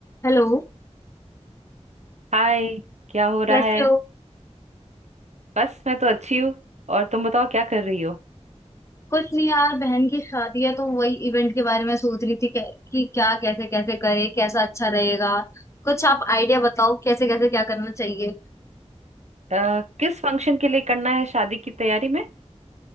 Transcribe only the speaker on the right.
हाय क्या हो रहा
है
बस मैं तो अच्छी हूँ और तुम बताओ क्या कर रही हो
अ, किस फंक्शन के लिए करना है शादी की तैयारी में